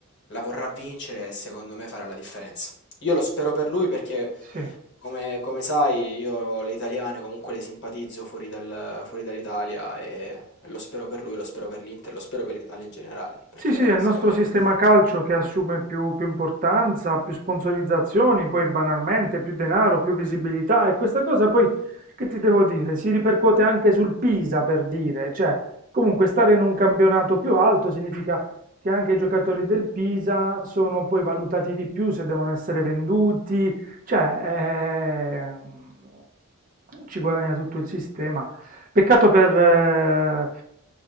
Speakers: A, on the left; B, on the right.
A: la vorrà vincere e secondo me farà la differenza. Io lo spero per lui perché,
B: sì.
A: come come sai, io le italiane comunque le simpatizzo fuori dal fuori dall'Italia e e lo spero per lui, lo spero per l'Inter, lo spero per l'Italia in generale, perché
B: Sì, sì, è il
A: se
B: nostro
A: lo merita.
B: sistema calcio che assume più, più importanza, più sponsorizzazioni, poi banalmente più denaro, più visibilità e questa cosa poi, che ti devo dire, si ripercuote anche sul Pisa per dire, cioè comunque stare in un campionato più alto significa che anche i giocatori del Pisa sono poi valutati di più se devono essere venduti, cioè eh, ci guadagna tutto il sistema. Peccato per, eh,